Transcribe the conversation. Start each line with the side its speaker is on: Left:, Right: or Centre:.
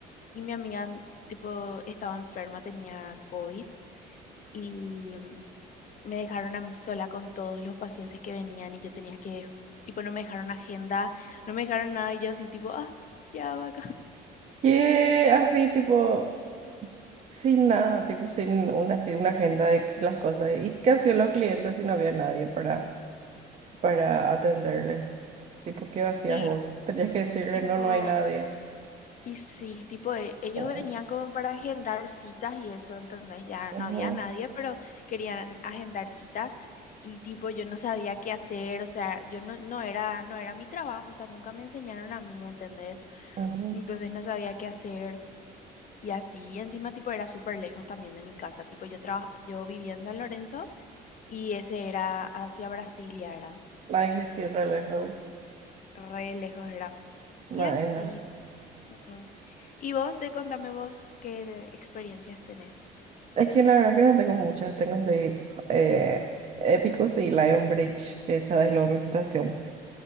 Left: y mi amiga, tipo, estaba enferma, tenía COVID, y mm, me dejaron a mí sola con todos los pacientes que venían y yo tenía que, tipo, no me dejaron agenda, no me dejaron nada y yo así, tipo, ah, ¿qué hago acá? <laughs>
Right: Que así, tipo, sin nada, tipo, sin una, así, una agenda de las cosas. ¿Y qué hacían los clientes si no había nadie para para atenderles. Tipo, ¿qué hacías
Left: Y
Right: vos? Tenías que decirle,
Left: tipo,
Right: no, no hay nadie.
Left: y sí, tipo, e- ellos venían
Right: Ay,
Left: como para agendar citas y eso, entonces ya
Right: ujú,
Left: no había nadie, pero querían agendar citas. Y tipo, yo no sabía qué hacer, o sea, yo no, no era, no era mi trabajo, o sea, nunca me enseñaron a mí, ¿entendés?
Right: ujú.
Left: Entonces no sabía qué hacer. Y así encima tipo era súper lejos también de mi casa. Tipo yo traba- yo vivía en San Lorenzo y ese era hacia Brasilia era.
Right: Ay, que sí,
Left: Entonces
Right: re lejos.
Left: re lejos era.
Right: Bueno,
Left: Y así. mm, mm. Y vos, de contame vos qué experiencias tenés.
Right: es que la verdad que no tengo muchas, tengo así eh, Épicos y Lion Bridge, que sabes luego mi situación.